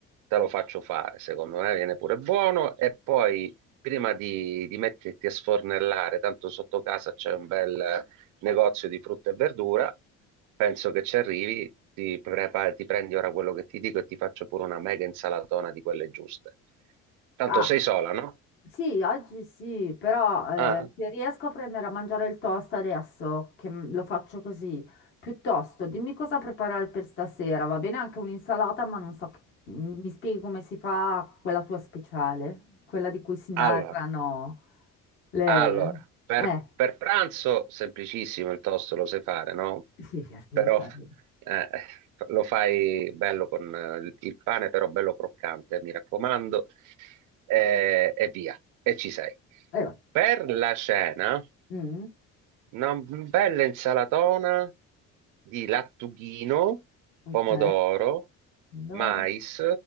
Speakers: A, on the right; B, on the left.
A: te lo faccio fare, secondo me viene pure buono e poi prima di, di metterti a sfornellare, tanto sotto casa c'è un bel negozio di frutta e verdura, penso che ci arrivi, ti, prepa- ti prendi ora quello che ti dico e ti faccio pure una mega insalatona di quelle giuste. Tanto
B: Ah.
A: sei sola, no?
B: Sì, oggi sì, però eh,
A: Ah.
B: se riesco a prendere a mangiare il toast adesso, che m- lo faccio così, piuttosto dimmi cosa preparare per stasera, va bene anche un'insalata, ma non so, che- m- mi spieghi come si fa quella tua speciale, quella di cui si narrano
A: Allora,
B: le...
A: Allora, per,
B: Eh,
A: per pranzo semplicissimo il tosto lo sai fare, no?
B: sì, sì, lì
A: Però
B: ci arrivo.
A: eh, lo fai bello con eh, il il pane, però bello croccante, mi raccomando, eh, e via, e ci sei.
B: Eh, va.
A: Per la cena,
B: Mm,
A: una bella insalatona di lattughino,
B: ok,
A: pomodoro,
B: pomodoro,
A: mais,